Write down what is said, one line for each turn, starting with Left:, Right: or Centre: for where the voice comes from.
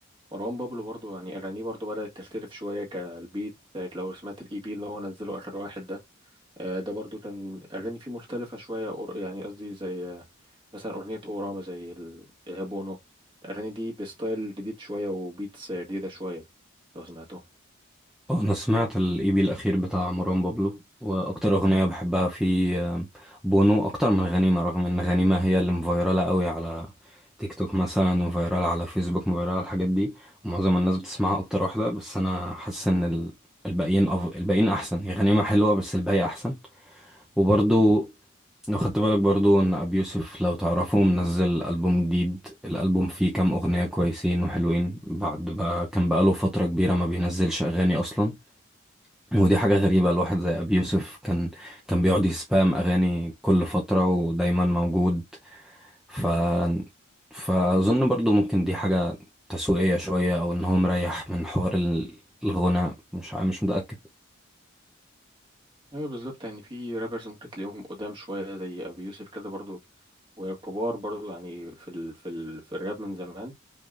Right: مروان بابلو برضه يعني اغانيه برضه بدات تختلف شويه كالبيت لو سمعت الاي بي اللي هو نزله اخر واحد ده آه، ده برضو كان أغاني فيه مختلفة شوية أور- يعني قصدي زي آه، مثلا أغنية أوراما زي ال- آه، بونو الأغاني دي بستايل جديد شوية وبيتس جديدة شوية لو سمعتهم
Centre: آه، انا سمعت الاي بي الاخير بتاع مروان بابلو واكتر اغنيه بحبها في آه، بونو اكتر من غنيمه رغم ان غنيمه هي اللي مفيراله قوي على تيك توك مثلا وفيراله على فيسبوك مفيراله الحاجات دي ومعظم الناس بتسمعها اكتر واحده بس انا حاسس ان ال- الباقيين أف... الباقيين احسن هي غنيمه حلوه بس الباقي احسن وبرضو لو خدت بالك برضو ان ابي يوسف لو تعرفه منزل البوم جديد الالبوم فيه كام اغنيه كويسين وحلوين بعد بقى كان بقاله فتره كبيره ما بينزلش اغاني اصلا ودي حاجة غريبة الواحد زي أبي يوسف كان كان بيقعد يسبام أغاني كل فترة ودايما موجود ف فأظن برضو ممكن دي حاجة تسويقية شوية أو إن هو مريح من حوار ال- الغنى مش ع- مش متأكد
Right: ايوه بالظبط يعني في رابرز ممكن تلاقيهم قدام شويه زي ابي يوسف كده برضو وكبار برضو يعني في ال في ال في الراب من زمان